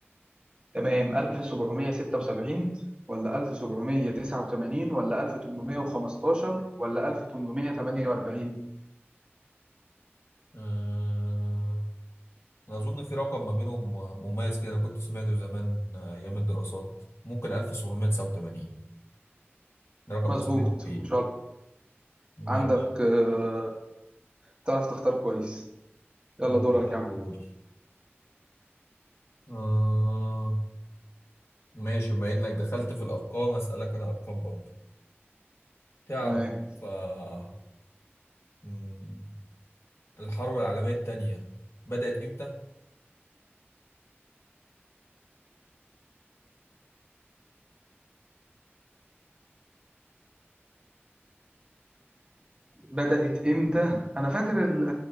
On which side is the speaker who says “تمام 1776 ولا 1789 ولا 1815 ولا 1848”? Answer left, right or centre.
Right